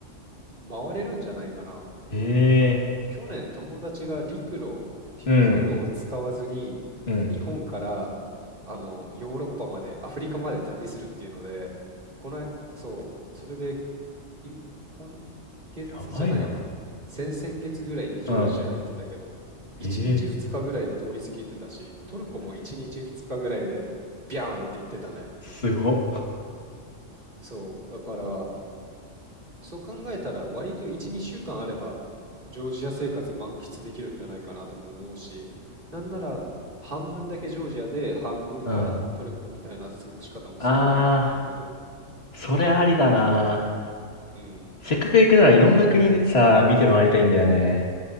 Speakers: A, on the right (about 40°); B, on the left (about 55°).
A: 回れるんじゃないかな。
B: え
A: なんか去年友達が陸路、
B: えー。うん。
A: 空路を使わずに日本から
B: うん。
A: あのヨーロッパまで、アフリカまで旅するっていうので、この、そう、それでい今月じゃないな、
B: やばいな。
A: 先々月ぐらいにジョージア行ってたけど、
B: うん。
A: 1日2日ぐらいで通り過ぎてたし、
B: ええー。
A: トルコも1日2日ぐらいでビャーンって行ってたね。
B: すご。
A: そう、だからそう考えたら割と1、2週間あればジョージア生活満喫できるんじゃないかなとも思うし、なんなら半分だけジョージアで半分はトルコみたいな過ごし方もすごいといいと思う。
B: うん。あー、それありだな。
A: うん。
B: せっかく行くならいろんな国でさ、見て回りたいんだよね。